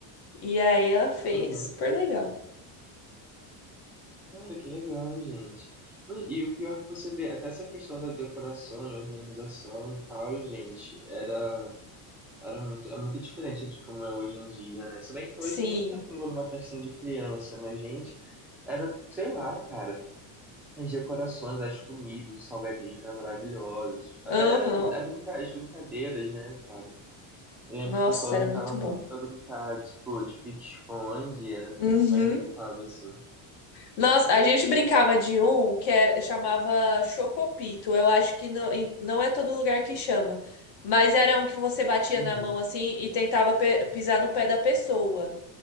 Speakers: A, on the left; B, in the centre.
A: E aí ela fez,
B: Uhum.
A: super legal.
B: Cara, que legal, gente. Não, E o pior é que você vê, até essa questão da decoração e organização e tal, gente, era, era muito, é muito diferente de como é hoje em dia, né? Se bem que
A: Sim.
B: hoje tem muito tempo que eu não vou numa festinha de criança, mas, gente, era, sei lá, cara, as decorações, as comidas, os salgadinhos que eram maravilhosos. Até
A: Aham.
B: a brinca, as brincadeiras, né, cara? Eu lembro
A: Nossa,
B: que o pessoal
A: era
B: brincava
A: muito
B: muito
A: bom.
B: pra brincar, tipo, de pique-esconde, era o que
A: Uhum.
B: a gente mais brincava, assim.
A: Nossa, a gente brincava de um que era, chamava Chocopito. Eu acho que não, em- não é todo lugar que chama. Mas era um que você batia
B: Uhum.
A: na mão assim e tentava pe- pisar no pé da pessoa.